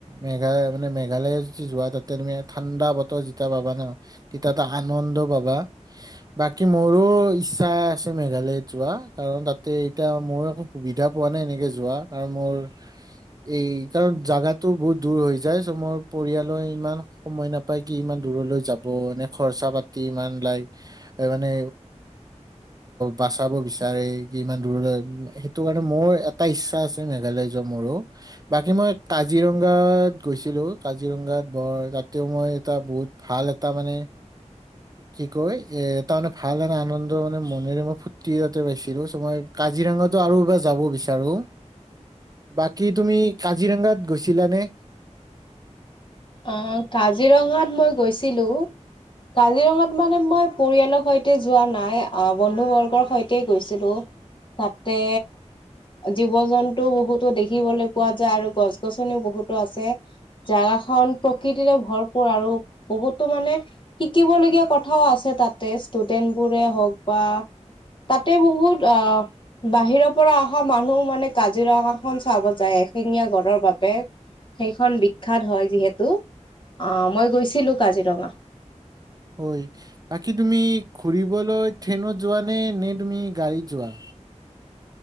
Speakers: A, on the right; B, on the left.
A: মেঘা মেঘালয় মানে যদি তাতে তুমি ঠাণ্ডা বতৰ যেতিয়া পাবা ন। তেতিয়াতো আনন্দ পাবা। বাকী মোৰো ইচ্ছা আছে মেঘালয়ত যোৱা কাৰণ তাত তে, এতিয়া মই একো সুবিধা পোৱা নাই এনেকে যোৱা আৰু মোৰ। এই কাৰণ জাগাতটো বহুত দূৰ হৈ যায় চ' মোৰ পৰিয়ালৰ ইমান সময় নাপায়, কি ইমান দূৰলৈ যাব এনে খৰচা পাতি ইমান লাগ মানে বাচাব বিচাৰে। ইমান দূৰলৈ সেইটো কাৰণে মোৰ এটা ইচ্ছা আছে, মেঘালয় যোৱা মোৰো। বাকী মই কাজিৰঙাত গৈছিলো কাজিৰঙাত বৰ তাতেও মই এটা বহুত ভাল এটা মানে কি কয়, এ তাৰ মানে ভাল আৰু আনন্দ মানে মনেৰে মই ফূৰ্তি এটা পাইছো। মই কাজিৰঙাটো আৰু এবাৰ যাব বিচাৰো। বাকী তুমি কাজিৰঙাত গৈছিলানে?
B: অ, কাজিৰঙাত মই গৈছিলো। কাজিৰঙাত মানে মই পৰিয়ালৰ সৈতে যোৱা নাই। আহ, বন্ধু বৰ্গৰ সৈতে গৈছিলো। তাতে জীৱ- জন্তুও বহুতো দেখিবলৈ পোৱা যায়। আৰু গছ গছনিও বহুতো আছে। জাগা খন প্ৰকৃতিৰে ভৰপূৰ আৰু বহুতো মানে শিকিবলগীয়া কথাও আছে তাতে। ষ্টুডেন্ট বোৰে হওক বা তাতে বহুত, অ বাহিৰৰ পৰা অহা মানুহ মানে কাজিৰঙাখন চাব যায়, এশিঙীয়া গড়ৰ বাবে। সেইখন বিখ্যাত হয় যিহেতু। অ, মই গৈছিলো কাজিৰঙা।
A: হয়, বাকী তুমি ঘুৰিবলৈ ট্ৰেইনত যোৱা নে- নে, তুমি গাড়ীত যোৱা?